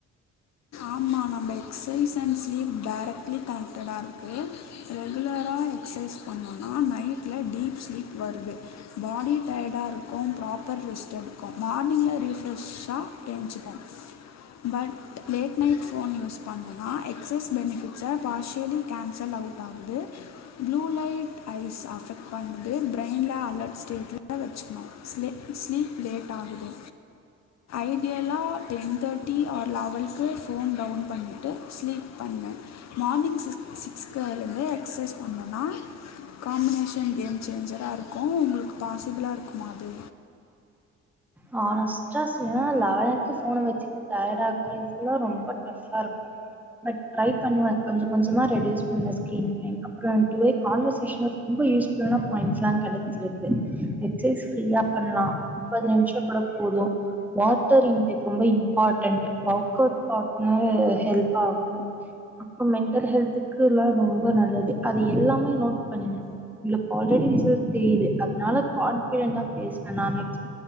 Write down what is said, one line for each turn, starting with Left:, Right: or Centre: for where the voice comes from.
Left: ஆமா நம்ப எக்ஸசைஸ் அண்ட் ஸ்லீப் டைரக்ட்லி கனெக்ட்டா இருக்கு. ரெகுலரா எக்ஸர்சைஸ் பண்ணோன்னா நைட்ல டீப் ஸ்லீப் வருது. பாடி டயர்டாக இருக்கும், ப்ராப்பர் ரெஸ்ட்ட் எடுக்கு மார்னிங்ல ரீஃப்ரெஷ்ஷா எஞ்சுப்போ but late night phone use பண்ணுனா எக்ஸைர்ஸ் பெனிஃபிட்ஸை பார்ஷியலி கேன்சல் அவுட் ஆகுது. ப்ளூ லைட் ஐஸ்ஸ அஃபெக்ட் பண்ணுது. பிரெயின்ல அலர்ட் ஸ்டேட்ல வெச்சுக்கணு. ஸ்லீப் லேட் ஆகுது ஐடியலா டென் தேட்டி ஆர் லெவன் கே ஃபோன் டவுன் பண்ணிட்டு ஸ்லீப் பண்ணுவ. மார்னிங் சிக்ஸ் சிக்ஸ்லருந்தே எக்ஸர்சைஸ் பண்ணுனா காம்பினேஷன் கேம் சேஞ்சராக இருக்கு உங்களுக்கு பாசிபிள இருக்குமா அது
Centre: ஹானஸ்டா சொன்னா லெவக்கு ஃபோன வச்சுட்டா டயர்டா இருந்துச்சுன்னா ரொம்ப ஃப்ரெஷ்ஷா இருக்கு. பட் ட்ரை பண்ணுவ. கொஞ்சோ கொஞ்சமா ரெடியூஸ் பண்ணுவேன் ஸ்கிரீன் டைம். அப்புறம் கான்வர்சேஷன்ல ரொம்ப யூஸ்ஃபுல்லான பாயிண்ட் எல்லா கெடைச்சிருக்கு. எக்ஸ்சைஸ் ப்ரீயா பண்ணலா முப்பது நிமிஷம் பண்ணும் போதோ வாட்டர் இன்டெக் ரொம்ப இம்பார்டன்ட். ஒர்க் அவுட் பண்ண ஹெல்ப் ஆகும். அப்புறம் மெண்டல் ஹெல்த்துக்குல்ல ரொம்ப நல்லது அது எல்லாமே நோட் பண்ணிக்கணும் உங்களுக்கு ஆல்ரெடி ரிசல்ட் தெரியுது அதனால கான்ஃபிடன்ட்டா பேசுனேன் நானு நெக்ஸ்ட்